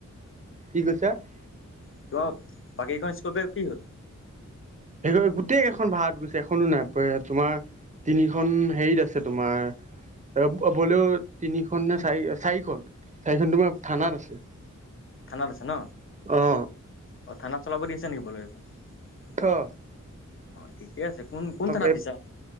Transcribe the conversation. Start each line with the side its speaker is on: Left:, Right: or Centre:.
Right: কি কৈছা? <unintelligible>
Left: <inaudible> বাকী কিখন স্কৰপিঅ কি হ'ল?
Right: সেই গোটেই কেইখন ভা়ৰাত গৈছে এখনো নাই, তোমাৰ <inaudible> তিনিখন হেৰিত আছে, তোমাৰ <inaudible> বলেৰ' তিনিখন নে চাৰি-চাৰিখন, চাৰিখন তোমাৰ থানাত আছে। <unintelligible>
Left: থানাত আছে ন।
Right: অঁ
Left: অ! থানাত চলাব দিছে নেকি বলেৰোকেইখন? <unintelligible>
Right: অহ। <inaudible>
Left: অঁ! ঠিকেই আছে। কোন-কোন থানাত
Right: এই
Left: দিছা? <unintelligible>